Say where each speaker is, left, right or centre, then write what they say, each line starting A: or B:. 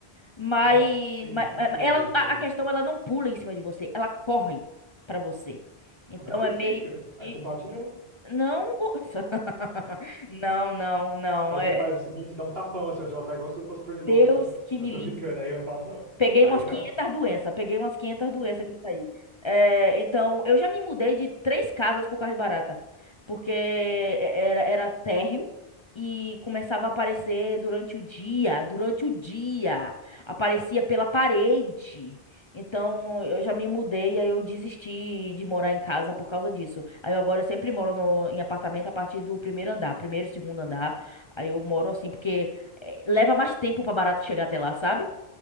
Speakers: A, on the left (about 30°); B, on the right (about 65°).
A: mas,
B: Umas seis,
A: mas,
B: cinco,
A: mas
B: seis
A: ela,
B: vezes,
A: a,
B: talvez.
A: a questão ela não pula em cima de você, ela corre pra você. Então
B: Ah, mas você
A: é meio
B: sente, velho. Aí
A: que
B: você bate nela.
A: Não, o- <laughs> não, não, não.
B: Aí você
A: É
B: faz o seguinte, você dá um tapão assim onde ela tá, igual se fosse pernilongo,
A: Deus
B: sabe?
A: que
B: Não,
A: me
B: eu tô
A: livre.
B: brincando, aí eu não faço, não.
A: Peguei
B: Aí
A: umas 500
B: não.
A: doenças, peguei umas 500 doenças que isso aí. É, então, eu já me mudei de três casas por causa de barata, porque era, era térreo e começava a aparecer durante o dia, durante o dia, aparecia pela parede. Então, eu já me mudei, aí eu desisti de morar em casa por causa disso. Aí eu agora eu sempre moro no- em apartamento a partir do primeiro andar, primeiro, segundo andar. Aí eu moro assim, porque eh, leva mais tempo pra barata chegar até lá, sabe?